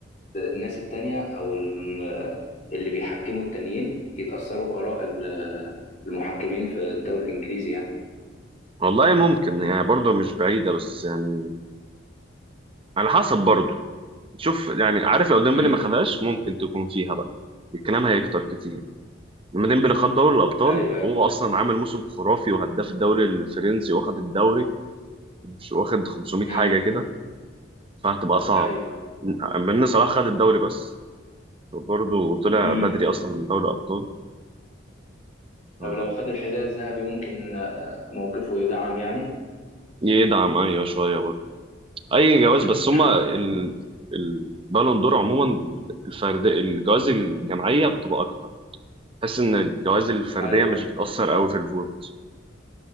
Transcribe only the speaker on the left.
الناس التانية او الم- اللي بيحكموا التانيين يتاثروا باراء ال- المحكمين في الدوري الانجليزي يعني
امم
ايوه ايوه
امم
ايوه
امم
طب لو خد الحذاء الذهبي ممكن آه، موقفه يدعم يعني
<laughs>
ايوه